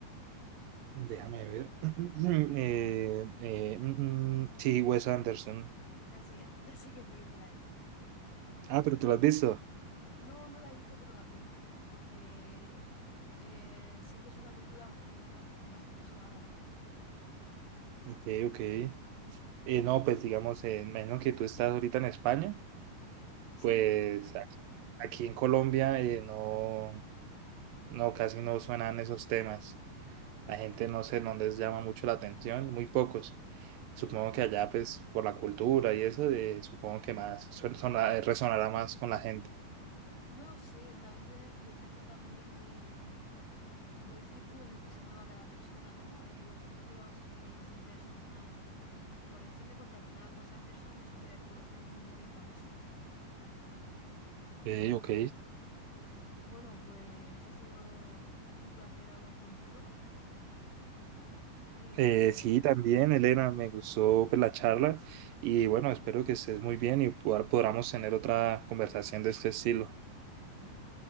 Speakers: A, on the right (about 75°); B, on the left (about 75°).
A: Déjame ver. <clears throat> Eh, eh, mm, mm, sí, Wes Anderson.
B: Así es, <laughs> ya sé qué película es.
A: Ah, pero tú lo has visto.
B: No, no la he visto, pero la conozco, porque eh, sí que es una película bastante, bas- bastante sonada.
A: Ok, ok. Eh, no, pues digamos, eh, imagino que tú estás ahorita en España,
B: Sí,
A: pues a- aquí en Colombia eh, no, no, casi no suenan esos temas. La gente no sé, no les llama mucho la atención, muy pocos. Supongo que allá, pues, por la cultura y eso, eh, supongo que más son- son- resonará más con la gente.
B: no lo sé, tal vez dependa también de, del círculo en el que se mueva cada persona, ¿no? Eh, los círculos que se interesan más, pues, por el cine, porque al final Wes Anderson es un director muy famoso.
A: Ok, ok.
B: Bueno, pues ha sido un placer hablar contigo. Eh,
A: Eh, sí, también, Elena, me gustó pues, la charla y bueno, espero que estés muy bien y pod- podamos tener otra conversación de este estilo.
B: sí.